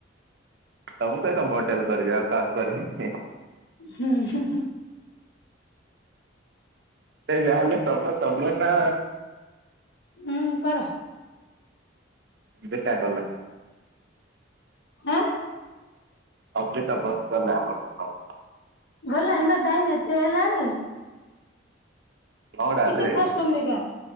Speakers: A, on the right; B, on the left.
A: ତ ମୁଁ କହି ତ ମଡେଲ କରିବି ଆଉ କ କରିବି କି
B: ହୁଁ ହଁ
A: ସେ ଯାହାହେଲେ ତମ ତମ ନା
B: ଉଁ ପ
A: ଦେଟ ଆକୁଲା
B: ହଁ
A: ଅଫ୍ରିକା ପାକାନ ନା ପାକିସ୍ତାନ
B: ଗଲ ଏମ ଟାଇମ ଏତେ ହେଲାଣି
A: ନଅଟା
B: କି
A: ଅଧେ
B: ସେ
A: ହେଇଛି।
B: ଫାଷ୍ଟ ଅମ୍ବିକା